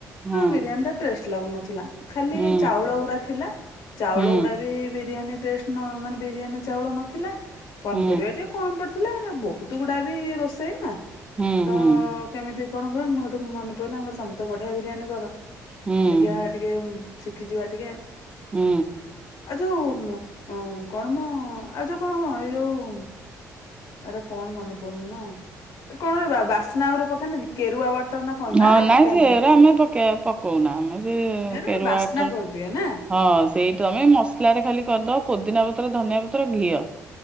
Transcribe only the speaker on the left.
ବିରିୟାନୀ ଟା ଟେଷ୍ଟ ଲାଗୁନଥିଲା। ଖାଲି
ଚାଉଳ ଗୁଡା ଥିଲା ଚାଉଳ
ଗୁଡା ବି ବିରିୟାନୀ ଟଷ୍ଟ ନ ମାନେ ବିରିୟାନୀ ଚାଉଳ ନଥିଲା ପନିପରିବା
ଟିକେ କଣ ପଡୁଥିଲା? ଥିଲା ବହୁତ ଗୁଡା ବି ରୋଷେଇ ନା
ତ
କେମିତି କଣ ହୁଏ ମୁଁ ଏଇଠୁ ମନେ ପଡ଼ିଲ ଆ ମୁଁ କହିଲି ତମେ ତ ବଢିଆ ବିରିୟାନୀ କର
ଦେଖିବା। ଟିକେ ଶିଖିଯିବା ଟିକେ।
ଆଉ ଯୋଉ କଣ ମ ଆଉ ଯୋଉ କଣ ଏଇ ଯୋଉ ଆରେ କଣ ମନେପଡୁନି ପୂର୍ଣିିମା ଏ କଣ ବାସ୍ନା ଉପରେ ପକାନ୍ତିନି। କେରୁଆ ୱାଟର ନା କଣ ନା
ନା
ଦରକାରନା
ହେଟା
ଗୋଟେ ବାସ୍ନା
କରିଦି ଏ ନା